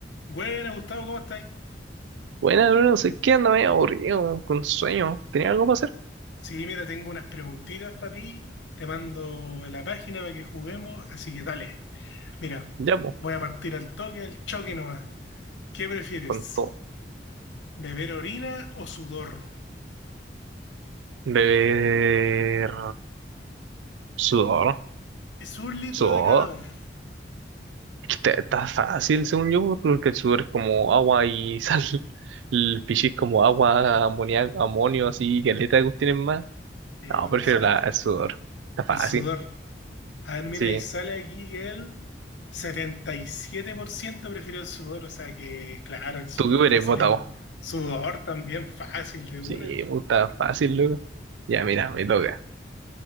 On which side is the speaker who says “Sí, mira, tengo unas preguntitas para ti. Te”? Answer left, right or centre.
Left